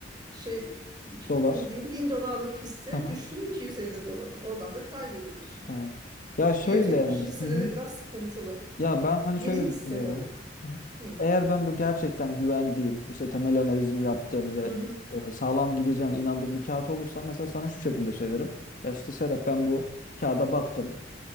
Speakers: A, on the right; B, on the left.
A: şey iki-
B: Dolar.
A: ne diyeyim 1000 dolarlık hisse
B: Hı hı.
A: düştü mü 250 dolara. Oradan da kaybediyorsun.
B: Tamam. Ya şöyle
A: Biyoteknoloji
B: yani.
A: hisseleri
B: Hı hı.
A: biraz sıkıntılı.
B: Ya ben hani
A: Yeni
B: şöyle
A: hisseler
B: düşünüyorum.
A: ama.
B: Hı.
A: Hı.
B: Eğer ben böyle gerçekten güvendiğim, işte temel analizini yaptığım ve
A: Hı hı.
B: e, sağlam gideceğine inandığım bir kağıt olursa mesela sana şu şekilde söylerim. Ya işte Serap ben bu kağıda baktım.